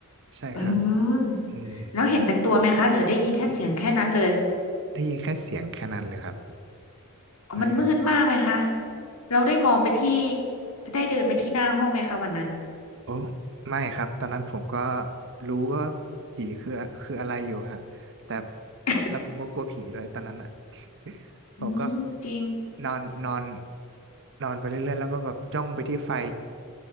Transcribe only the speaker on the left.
เออ
แล้วเห็นเป็นตัวไหมคะหรือได้ยินแค่เสียงแค่นั้นเลย
อ๋อมันมืดมากไหมคะ
เราได้มองไปที่ได้เดินไปที่หน้าห้องไหมคะวันนั้น
<laughs>
อืมจริง